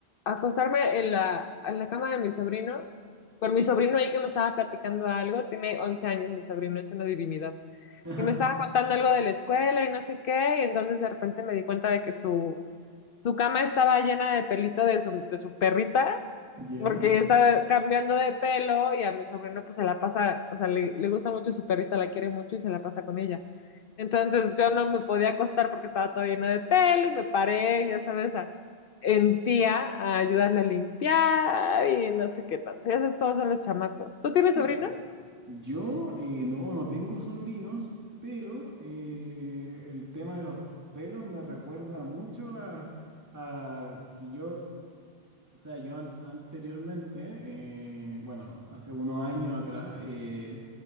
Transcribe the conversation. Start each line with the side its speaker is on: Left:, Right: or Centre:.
Left: a acostarme en la, en la cama de mi sobrino, con mi sobrino ahí que me estaba platicando algo, tiene 11 años mi sobrino, es una divinidad,
Right: <laughs>
Left: y me estaba contando algo de la escuela y no sé qué, y entonces de repente me di cuenta de que su, su cama estaba llena de pelito de su, de su perrita,
Right: ¿Ya?
Left: porque está cambiando de pelo y a mi sobrino pues se la pasa, o sea, le, le gusta mucho su perrita, la quiere mucho y se la pasa con ella. Entonces yo no me podía acostar porque estaba todo lleno de pelo y me paré, ya sabes, a- en tía a ayudarle a limpiar y no sé qué tanto. Ya sabes cómo son los chamacos. ¿Tú tienes
Right: Sí.
Left: sobrino?
Right: Yo eh, no, no tengo sobrinos, pero eh, el tema de los pelos me recuerda mucho a, a que yo, o sea, yo an- anteriormente, eh, bueno, hace unos años atrás, eh,